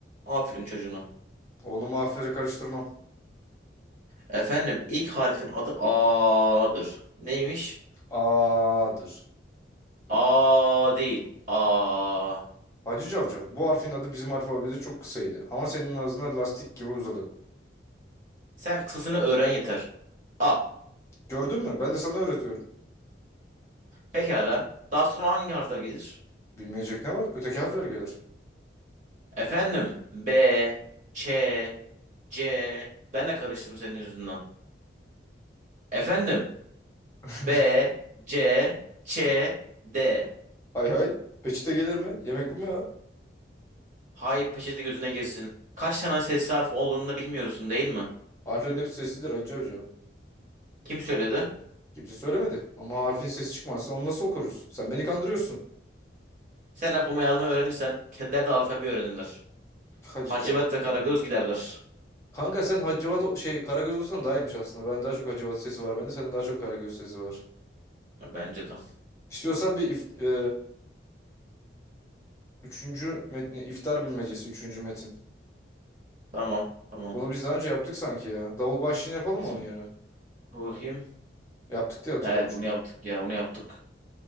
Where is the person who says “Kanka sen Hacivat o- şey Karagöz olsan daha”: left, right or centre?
Left